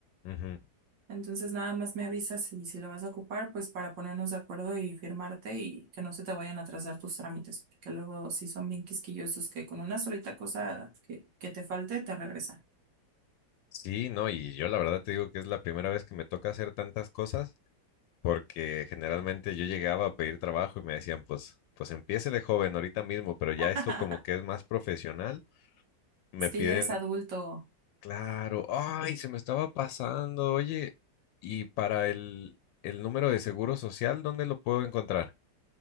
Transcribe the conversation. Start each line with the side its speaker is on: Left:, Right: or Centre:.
Left: Ujú.
Right: Entonces nada más me avisas si, si lo vas a ocupar, pues para ponernos de acuerdo y firmarte y que no se te vayan a atrasar tus trámites, porque luego si son bien quisquillosos que con una solita cosa que, que te falte te regresan.
Left: Sí, no, y yo la verdad te digo que es la primera vez que me toca hacer tantas cosas. porque generalmente yo llegaba a pedir trabajo y me decían, pues, pues empiece de joven ahorita mismo, pero ya
Right: <laughs>
Left: esto como que es más profesional, me
Right: Es que
Left: piden,
Right: ya eres adulto.
Left: claro, ay, se me estaba pasando, oye, y para el, el número de seguro social, ¿dónde lo puedo encontrar?